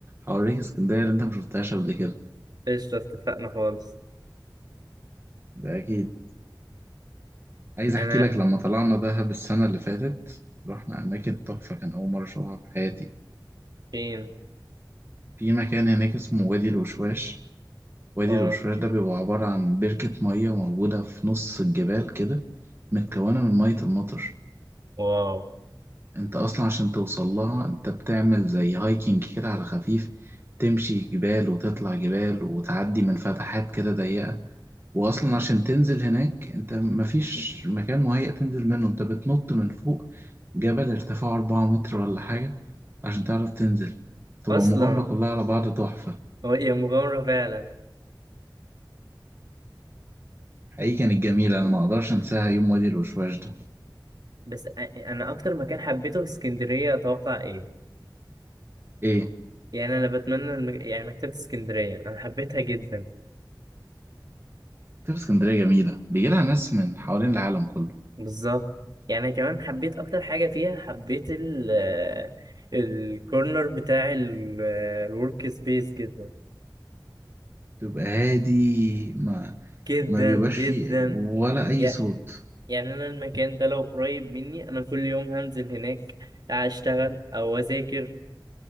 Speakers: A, on the right; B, on the right.
A: هوريك اسكندرية اللي انت مشفتهاش قبل كده
B: قشطة اتفقنا خالص
A: ده اكيد عايز احكي
B: انا
A: لك لما طلعنا دهب السنة اللي فاتت رحنا اماكن تحفة كان اول مرة اشوفها في حياتي
B: فين
A: في مكان هناك اسمه وادي الوشواش وادي
B: اه
A: الوشواش ده بيبقى عبارة عن بركة مية موجودة في نص الجبال كده متكونة من مية المطر
B: واو
A: انت اصلا عشان توصل لها انت بتعمل زي هايكنج كده على خفيف تمشي جبال وتطلع جبال وتعدي من فتحات كده ضيقة واصلا عشان تنزل هناك انت مفيش مكان مهيأ تنزل منه انت بتنط من فوق جبل ارتفاعه 4 متر ولا حاجة عشان تعرف تنزل تبقى
B: اصلا
A: مغامرة كلها على بعض تحفة
B: هو هي مغامرة فعلا
A: حقيقي كانت جميلة انا ما اقدرش انساها يوم وادي الوشواش ده
B: بس أ- انا اكتر مكان حبيته في اسكندرية اتوقع إيه؟
A: ايه
B: يعني انا بتمنى المك... يعني مكتبة اسكندرية انا حبيتها جدا
A: تبقى اسكندرية جميلة بيجيلها ناس من حوالين العالم كله
B: بالظبط يعني كمان حبيت اكتر حاجة فيها حبيت ال الكورنر بتاع الورك سبيس جدا
A: تبقى هادي ما
B: جدا
A: ما بيبقاش
B: جدا
A: فيه ولا اي
B: يع-
A: صوت
B: يعني انا المكان ده لو قريب مني انا كل يوم هنزل هناك اشتغل او اذاكر